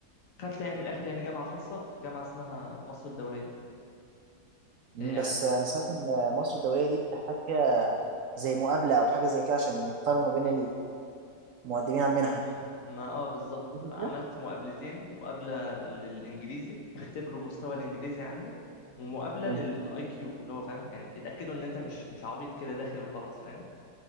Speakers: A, on the left; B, on the right.
A: يعني من الآخر يعني جامعة خاصة في جامعة اسمها مصر الدولية
B: مم،
A: هي
B: بس انا سمعت ان مصر الدوليه دي بتحتاج فيها زي مقابله او حاجه زي كده عشان يختاروا ما بين المقدمين على المنحه
A: م- ما اه بالظبط
B: حاجة زي
A: عملت
B: كده؟
A: مقابلتين مقابلة للإنجليزي يختبروا مستوى الإنجليزي عندي ومقابلة
B: مم،
A: للاي كيو اللي هو فاهم يعني يتأكدوا ان انت مش مش عبيط كده داخل وخلاص فاهم